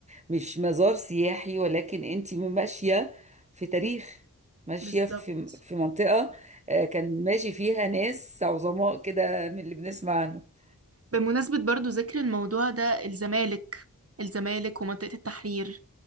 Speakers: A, on the right; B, on the right.
A: مش مزار سياحي ولكن انت ماشية في تاريخ ماشية
B: بالظبط
A: في في منطقة آه كان ماشي فيها ناس عظماء كده من اللي بنسمع عنه
B: بمناسبة برضو ذكر الموضوع ده الزمالك الزمالك ومنطقة التحرير